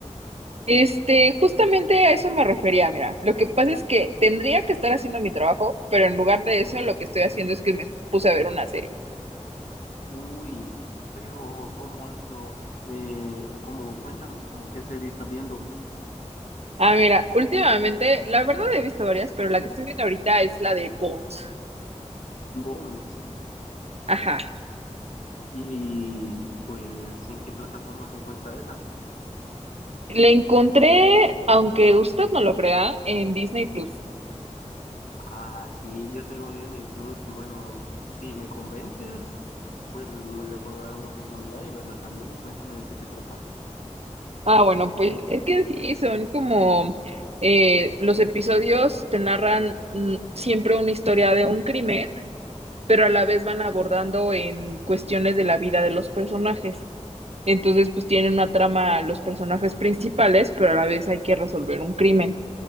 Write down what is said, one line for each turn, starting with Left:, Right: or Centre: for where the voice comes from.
Right: Este, justamente a eso me refería, mira. Lo que pasa es que tendría que estar haciendo mi trabajo, pero en lugar de eso lo que estoy haciendo es que me puse a ver una serie.
Left: Uy, pero ¿cómo has dos? Eh, como cuéntame, como qué serie estás viendo?
Right: Ah, mira, últimamente, la verdad he visto varias, pero la que estoy viendo ahorita es la de Bones.
Left: Bones.
Right: Ajá.
Left: Y pues, ¿en qué plataforma se encuentra esa?
Right: La encontré, aunque usted no lo crea, en Disney Plus.
Left: Ah, sí, yo tengo Disney Plus. Bueno, si me convences, pues me le puedo dar una oportunidad y verla también. Cuéntame de qué se trata.
Right: Ah, bueno, pues es que sí, son como eh, los episodios te narran mm, siempre una historia de un crimen, pero a la vez van abordando en cuestiones de la vida de los personajes. Entonces, pues tienen una trama los personajes principales, pero a la vez hay que resolver un crimen.